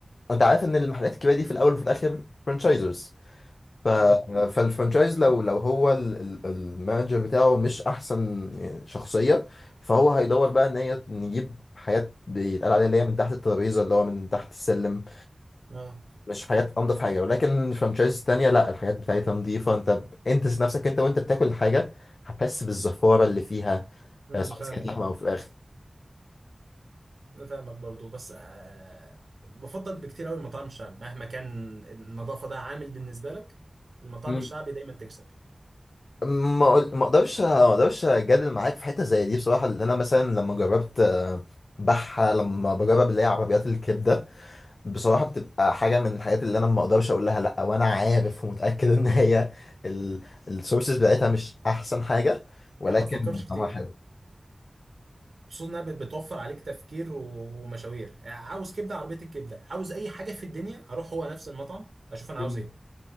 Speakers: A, on the left (about 80°); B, on the right (about 85°).
A: انت عارف ان المحلات الكبيرة دي في الاول وفي الاخر فرانشايزرز ف...
B: امم
A: فالفرانشايز لو لو هو ال- ال- المانجر بتاعه مش احسن شخصيه فهو هيدور بقى ان هي نجيب حاجات بيتقال عليها اللي هي من تحت الترابيزه اللي هو من تحت السلم
B: اه
A: مش حاجات انضف حاجه ولكن الفرانشايز التانيه لا الحاجات بتاعتها نظيفه انت انت ذات نفسك انت وانت بتاكل الحاجه هتحس بالزفاره اللي فيها
B: امم
A: آه، سواء
B: انا فاهمك
A: إذا كانت لحمه او فراخ
B: انا فاهمك برضو بس آه بفضل بكتير قوي المطاعم الشعبي مهما كان النظافه ده عامل بالنسبه لك المطاعم
A: مم.
B: الشعبي دايما تكسب
A: ما أقول- ما اقدرش ما اقدرش اجادل معاك في حته زي دي بصراحه لان انا مثلا لما جربت آه، بحه لما بجرب اللي هي عربيات الكبده بصراحة بتبقى حاجة من الحاجات اللي أنا ما أقدرش أقول لها لأ وأنا عارف ومتأكد إن هي السورسز بتاعتها مش أحسن حاجة ولكن
B: يا عم ما تفكرش كتير
A: طعمها حلو
B: خصوصا انها بت- بتوفر عليك تفكير و- ومشاوير يعني عاوز كبده عربيه الكبده عاوز اي حاجه في الدنيا اروح هو نفس المطعم اشوف انا
A: مم.
B: عاوز ايه